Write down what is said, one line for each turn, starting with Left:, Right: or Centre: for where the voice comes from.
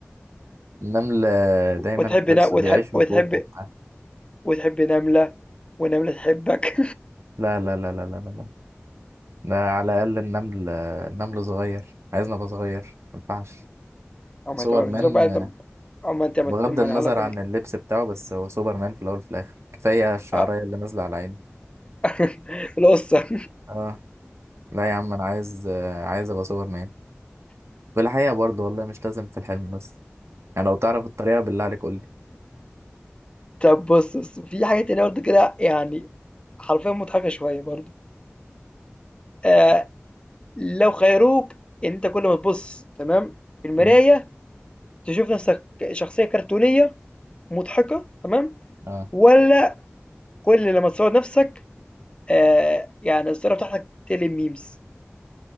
Right: النمل
Left: <laughs>
Right: دايما
Left: وتحب
Right: تحس
Left: نا... وتحب
Right: بيعيش في
Left: وتحب
Right: كوخ وبتاع
Left: وتحب نملة ونملة تحبك
Right: لا لا لا لا لا لا لا ده على الأقل النمل النمل صغير عايزنا أبقى صغير ما ينفعش
Left: <laughs> أو
Right: سوبرمان
Left: ما تبقى بالنسبة لك بقى طب أو ما أنت ما
Right: بغض
Left: ت- ما
Right: النظر
Left: أنا هقولك
Right: عن
Left: ما-
Right: اللبس بتاعه بس هو سوبرمان في الأول وفي الآخر كفاية الشعرية
Left: آه.
Right: اللي نازلة على عينه
Left: <laughs> القصة
Right: اه لا يا عم أنا عايز عايز أبقى سوبرمان في الحقيقة برضه والله مش لازم في الحلم بس يعني لو تعرف الطريقة بالله عليك قول لي
Left: طب بص بص في حاجة تانية برضه كده يعني حرفيا مضحكة شوية برضه آه لو خيروك إن أنت كل ما تبص تمام في المراية
Right: مم.
Left: تشوف نفسك شخصية كرتونية مضحكة تمام
Right: اه
Left: ولا كل لما تصور نفسك آآ يعني الصورة بتاعتك تقلب memes